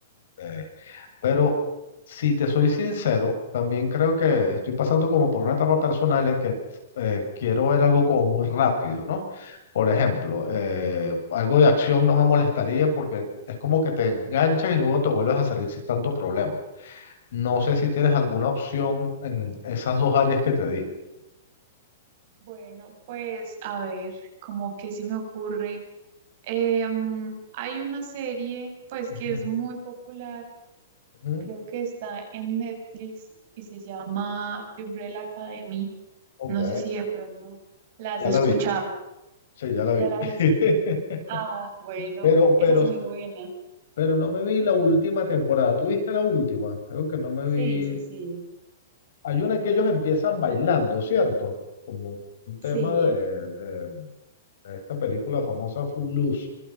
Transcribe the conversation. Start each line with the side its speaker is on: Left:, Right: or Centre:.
Left: eh, Pero si te soy sincero, también creo que estoy pasando como por una etapa personal en que eh, quiero ver algo como muy rápido, ¿no? Por ejemplo, eh, algo de acción no me molestaría porque es como que te enganchas y luego te vuelves a salir sin tanto problema. No sé si
Right: Ok.
Left: tienes alguna opción en esas dos áreas que te di.
Right: Bueno, pues a ver, como que se me ocurre. Em, hay una serie, pues
Left: Ujú,
Right: que es muy popular,
Left: ujú.
Right: creo que está en Netflix y se llama The Umbrella Academy.
Left: Ok,
Right: No sé si de pronto la has
Left: ya
Right: escuchado.
Left: la vi. Sí, ya la
Right: ¿Ya
Left: vi.
Right: la
Left: <laughs>
Right: viste? Ah, bueno,
Left: Pero,
Right: esa
Left: pero,
Right: es muy buena.
Left: pero no me vi la última temporada. ¿Tuviste la última? Creo que no me
Right: Sí,
Left: vi.
Right: sí, sí,
Left: Hay una en que ellos empiezan bailando, ¿cierto? Como un tema
Right: sí.
Left: de, de- de esta película famosa Footloose.